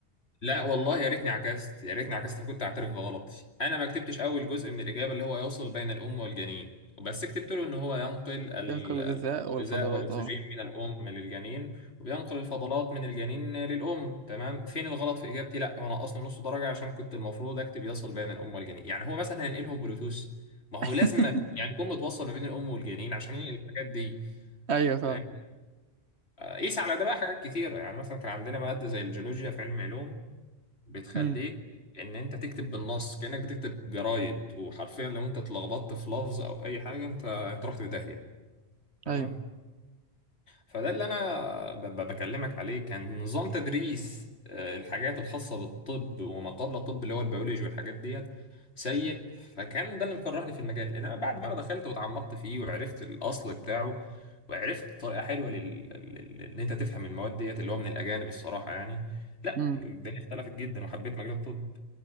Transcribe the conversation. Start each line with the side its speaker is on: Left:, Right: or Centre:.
Left: لا والله يا ريتني عكست يا ريتني عكست فكنت اعترف بغلطي انا ما كتبتش اول جزء من الاجابه اللي هو يوصل بين الام والجنين بس كتبت له ان هو ينقل
Right: <laughs>
Left: ال-
Right: ينقل الغذاء
Left: ال- الغذاء
Right: والفضلات
Left: والاكسجين
Right: اه
Left: من الام للجنين وبينقل الفضلات من الجنين للام تمام فين الغلط في اجابتي لا وانا اصلا نص درجه عشان كنت المفروض اكتب يصل بين الام والجنين يعني هو مثلا هينقلهم بلوتوث ما هو
Right: <laughs>
Left: لازم يعني يكون متوصل ما بين الام والجنين عشان ينقل الحاجات دي
Right: ايوه فاهم
Left: فاهم قيس على ده بقى حاجات كتيره يعني مثلا كان عندنا ماده زي الجيولوجيا في علم علوم بتخليك
Right: امم
Left: ان انت تكتب بالنص كأنك بتكتب جرايد وحرفيا لو انت اتلخبطت في لفظ او اي حاجة انت انت رحت في داهية تمام
Right: ايوه
Left: فده اللي انا ب- ب- بكلمك عليه كان نظام تدريس آه، الحاجات الخاصة بالطب وما قبل الطب اللي هو البيولوجي والحاجات ديت سيء فكان ده اللي مكرهني في المجال انما بعد ما انا دخلت وتعمقت فيه وعرفت الاصل بتاعه وعرفت طريقة حلوة لل... لل... ان انت تفهم المواد ديت اللي هو من الاجانب الصراحة يعني لا
Right: امم
Left: الدنيا اختلفت جدا وحبيت مجال الطب